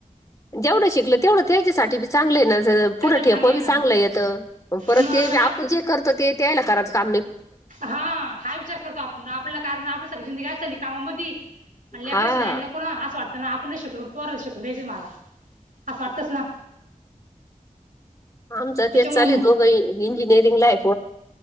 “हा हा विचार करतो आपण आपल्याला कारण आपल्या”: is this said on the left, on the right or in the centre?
Right